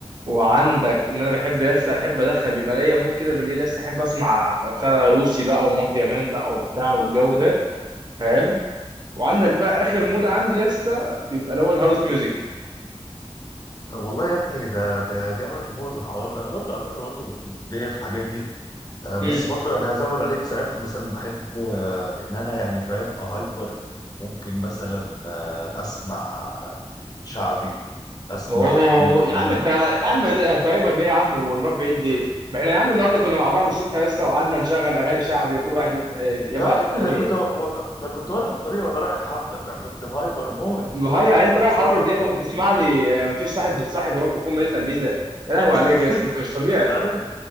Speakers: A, on the right; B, on the left.
A: وعندك ان انا بحب لسه احب ادخل بيبقى ليا مود كده بالليل لسه احب اسمع بتاع روسي بقى ومافيا مان بقى وبتاع والجو ده فاهم وعندك بقى اخر مود عندي لسه بيبقى اللي هو الهاوس ميوزك
B: طب والله يا ابني ده ده جامد موت الحوار ده انا برضو على فكره برضو ليا في الحاجات دي آه، بس
A: مم.
B: برضو يعني هزود عليك ساعات مثلا بحب آه، ان انا يعني فاهم اهايبر ممكن مثلا آه، اسمع شعبي اسمع
A: اوه
B: عمرو
A: يا
B: دياب
A: عم انت يا عم ده تايمر ليه يا عم ونروح بعيد ليه؟ ما احنا يا عم النهارده كنا مع بعض الصبح لسه وقعدنا نشغل اغاني شعبي وكل واحد يت- آه، يبعت
B: يا يا
A: الثاني
B: ابني ده كنت و- ده كنت وانا في الطريق وانا رايح الحفله بتاع كنت مهايبر موت
A: هاي يعني انت رايح
B: بصراحه
A: عمرو دياب وبتسمع لي آه، مفيش صاحب بيتصاحب ورب يكون ميزه ميزه يا لهوي
B: <laughs>
A: عليك يا اسطى انت مش طبيعي
B: ما انت عارف